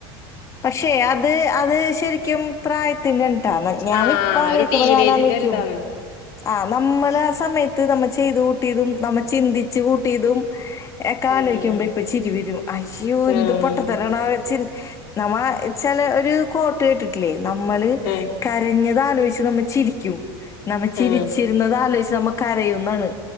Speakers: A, on the left; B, on the left.
A: പക്ഷെ അത് അത് ശരിക്കും പ്രായത്തിന്റെൺ ന്റാണ് ഞാനിപ്പ
B: ആഹ്
A: ആലോചിക്കുമ്പോ
B: ഒരു ടീനേജിന്റെ
A: ഞാൻ ആലോചിക്കും
B: ഒരിതാണ്
A: ആ നമ്മള് ആ സമയത്ത് നമ്മ ചെയ്ത കൂട്ടിയതും നമ്മ ചിന്തിച്ച് കൂട്ടിയതും എ കാലലോചിക്കുമ്പോ
B: ഉം
A: ഇപ്പൊ ചിരി വരും അയ്യോ
B: ആഹ്
A: എന്ത് പൊട്ട തരണോ വെച്ച നമ്മ ചില ഒരു ക്വാർട്ടർ <unintelligible> നമ്മള്
B: ആഹ്
A: കരഞ്ഞതലോചിച്ച നമ്മ ചിരിക്കും. ചിരിച്ചിരുന്നത്
B: ആഹ്
A: ആലോച നമ്മ കരയുന്നാണ്.